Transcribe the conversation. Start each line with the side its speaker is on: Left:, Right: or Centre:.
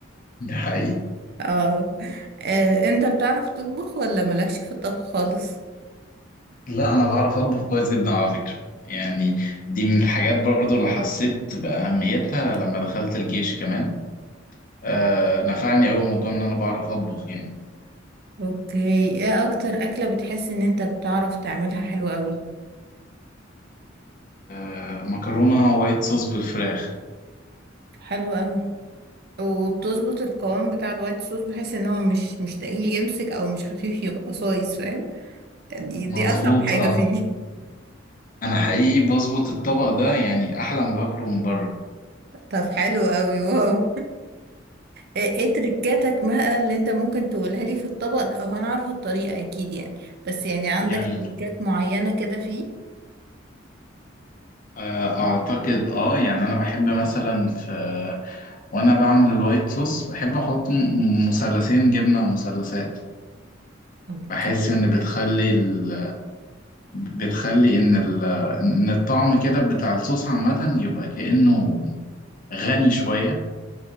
Left: ده حقيقي
Right: اه آه، انت بتعرف تطبخ ولا مالكش في الطبخ خالص؟
Left: لا انا بعرف اطبخ كويس جدا على فكره يعني دي من الحاجات برضو اللي حسيت باهميتها لما دخلت الجيش كمان آه نفعني أوي موضوع ان انا بعرف اطبخ يعني
Right: اوكي ايه أكتر أكلة بتحس إن انت بتعرف تعملها حلو أوي؟
Left: آه مكرونه وايت صوص بالفراخ
Right: حلو أوي وبتظبط القوام بتاع الوايت صوص بحيث ان هو مش مش تقيل يمسك او مش خفيف يبقى صايص فاهم دي
Left: مظبوط
Right: دي اصعب حاجة
Left: اه
Right: فيه
Left: انا حقيقي بظبط الطبق ده يعني احلى ما باكله من بره
Right: <laughs> طب حلو أوي واو ايه إيه تريكاتك بقى اللي انت ممكن تقولها لي في الطبق او انا عارفه الطريقه اكيد يعني بس يعني عندك
Left: جميل
Right: تريكات معينه كده فيه
Left: آه، اعتقد اه يعني انا بحب مثلا في وانا بعمل الوايت صوص بحب احط م- مثلثين جبنه مثلثات
Right: اوكي
Left: بحس ان بتخلي ال... بتخلي ان ال... ان الطعم كده بتاع الصوص عامه يبقى كانه غني شويه